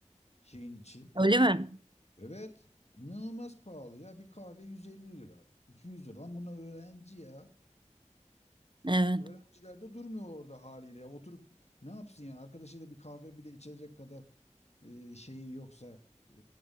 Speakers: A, on the left; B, on the right.
A: şeyin içi.
B: Öyle mi?
A: Evet, inanılmaz pahalı ya. Bir kahve 150 lira, 200 lira. Lan bunlar öğrenci ya.
B: Evet.
A: Öğrenciler de durmuyor orada haliyle ya. Oturup ne yapsın ya? Arkadaşıyla bir kahve bir de içecek kadar e, şeyi yoksa e,